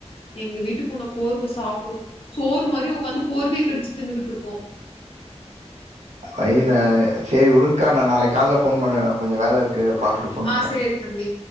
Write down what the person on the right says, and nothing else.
அய்ர சேரி உடுங்க்கா நா நாளைக் கால்ல ஃபோன் பண்ற கொஞ்சோ வேல இருக்கு பாத்துட்டு ஃபோன் பண்றே